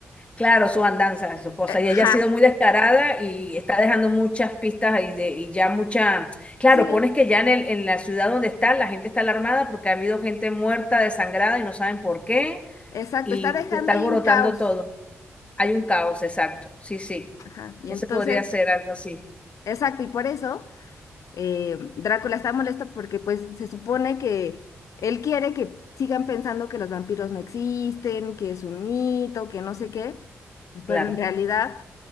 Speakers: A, on the left (about 20°); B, on the left (about 70°).
A: Claro, su andanza, su cosa.
B: eh,
A: Y ella
B: ja,
A: ha sido muy descarada y está dejando muchas pistas y, de, y ya mucha... Claro,
B: sí,
A: pones que ya en, el, en la ciudad donde está, la gente está alarmada porque ha habido gente muerta, desangrada y no saben por qué.
B: exacto,
A: Y
B: está dejando
A: se está
B: ahí
A: alborotando
B: un caos.
A: todo. Hay un caos, exacto. Sí, sí.
B: Ajá, y
A: Ese
B: entonces,
A: podría ser algo así,
B: exacto, y por eso eh, Drácula está molesto porque pues se supone que... Él quiere que sigan pensando que los vampiros no existen, que es un mito, que no sé qué, pero
A: claro.
B: en realidad